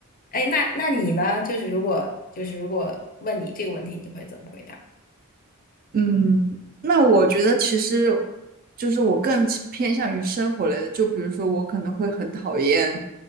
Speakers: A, on the left; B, on the right.
A: 哎，那那你呢？就是如果就是如果问你这个问题，你会怎么回答？
B: 嗯，那我觉得其实就是我更倾偏向于生活类的，就比如说我可能会很讨厌，